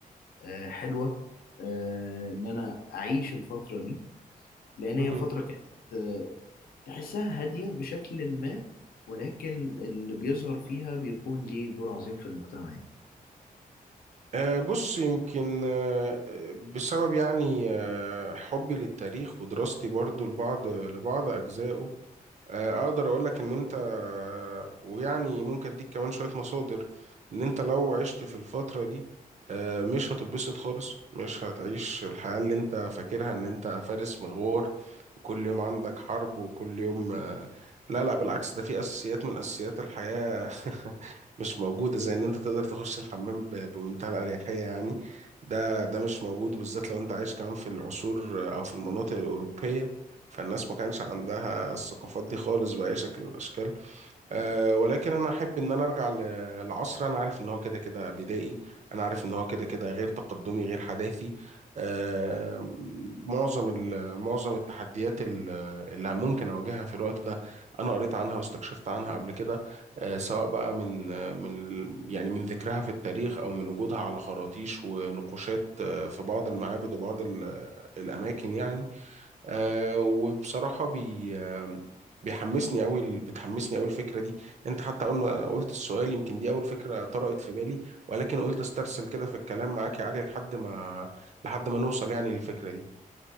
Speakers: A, on the left; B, on the right.
A: آه، حلوة آه، إن أنا أعيش الفترة دي لأن
B: مه.
A: هي فترة كانت آه، تحسها هادية بشكل ما ولكن اللي بيظهر فيها بيكون ليه دور عظيم في المجتمع يعني.
B: آه، بص يمكن آه، بسبب يعني آه، حبي للتاريخ ودراستي برضو لبعض لبعض أجزائه آه، اقدر اقول لك ان انت ويعني ممكن اديك كمان شوية مصادر ان انت لو عشت في الفترة دي آه، مش هتتبسط خالص مش هتعيش الحياة اللي انت فاكرها ان انت فارس مغوار وكل يوم عندك حرب وكل يوم آه، لا لا بالعكس ده في اساسيات من اساسيات الحياة <laughs> مش موجودة زي ان انت تقدر تخش الحمام ب- بمنتهى الأريحية يعني ده ده مش موجود وبالذات لو انت عايش كمان في العصور او في المناطق الأوروبية فالناس ما كانش عندها الثقافات دي خالص بأي شكل من الأشكال أه ولكن انا احب ان انا ارجع ل- لعصر انا عارف ان هو كده كده بدائي انا عارف ان هو كده كده غير تقدمي غير حداثي أه معظم ال- معظم التحديات ال- اللي ممكن اواجهها في الوقت ده انا قريت عنها واستكشفت عنها قبل كده أه سواء بقى من من يعني من ذكرها في التاريخ او من وجودها على خراطيش ونقوشات آه، في بعض المعابد وبعض ال- الاماكن يعني آه وبصراحة بي آه بيحمسني أوي بتحمسني أوي الفكرة دي أنت حتى أول ما قلت السؤال يمكن دي أول فكرة طرقت في بالي ولكن قلت استرسل كده في الكلام معاك يا علي لحد ما لحد ما نوصل يعني للفكرة دي